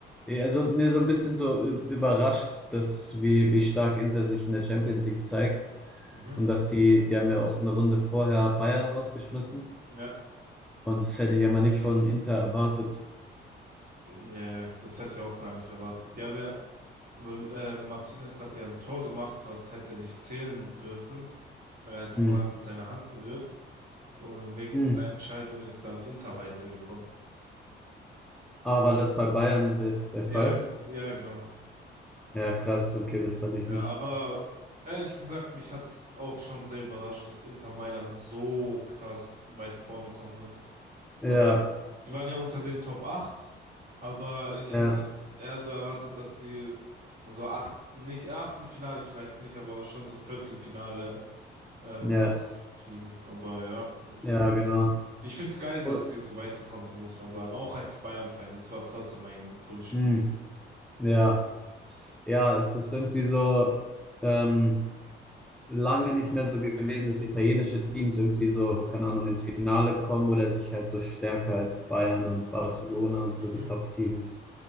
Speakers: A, in the centre; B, on the right.
A: ja, so, nee, so ein bisschen so ü- überrascht, dass wie, wie stark Inter sich in der Champions League zeigt.
B: Mhm.
A: Und dass sie, die haben ja auch eine Runde vorher Bayern rausgeschmissen.
B: Ja.
A: Und das hätte ich ja mal nicht von Inter erwartet.
B: Nee, das hatte ich auch gar nicht erwartet. Die haben ja, weil, äh, Martinez hat ja ein Tor gemacht, was hätte nicht zählen dürfen. Weil er hat vorher
A: Hm.
B: mit seiner Hand berührt. Und wegen
A: Hm.
B: dieser Entscheidung ist dann Inter weitergekommen.
A: Aber war das bei Bayern de der
B: Ja,
A: Fall?
B: ja, genau.
A: Ja, krass, okay, das hatte ich
B: Ja,
A: nicht.
B: aber ehrlich gesagt, mich hat's auch schon sehr überrascht, dass Inter Mailand so krass weit vorne kommen wird.
A: Ja,
B: Weil die waren ja unter den Top 8. aber ich
A: ja,
B: hätte jetzt eher so erwartet, dass sie so acht, nicht Achtelfinale vielleicht nicht, aber schon so Viertelfinale ähm,
A: ja,
B: rausfliegen. Aber ja,
A: ja,
B: also
A: genau.
B: ich find's geil,
A: Und,
B: dass sie so weit gekommen sind, muss man sagen. Auch als Bayern-Fan, das war trotzdem ein cooles Spiel.
A: hm. Ja, ja, es ist irgendwie so, ähm, lange nicht mehr so gewesen, dass italienische Teams irgendwie so, keine Ahnung, ins Finale kommen oder sich halt so stärker als Bayern und Barcelona und
B: Mhm.
A: so die Top-Teams